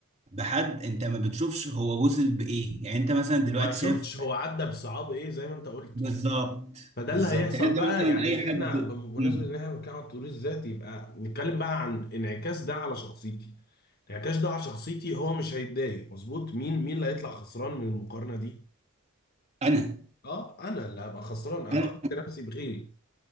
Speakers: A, on the right; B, on the left.
A: بحد انت ما بتشوفش هو وصل بايه يعني انت مثلا دلوقتي
B: وما شفتش
A: شايف
B: هو عدى بصعاب ايه زي ما انت قلت
A: بالظبط
B: فده
A: بالظبط
B: اللي هيحصل
A: يعني انت
B: بقى
A: مثلا
B: يعني
A: اي حد
B: احنا بمناسبة
A: مم.
B: ان احنا بنتكلم عن التطوير الذاتي يبقى نتكلم بقى عن انعكاس ده على شخصيتي انعكاس ده على شخصيتي هو مش هيتضايق مظبوط مين مين اللي هيطلع خسران من المقارنه دي
A: انا
B: اه انا اللي هبقى خسران انا
A: انا
B: قارنت نفسي بغيري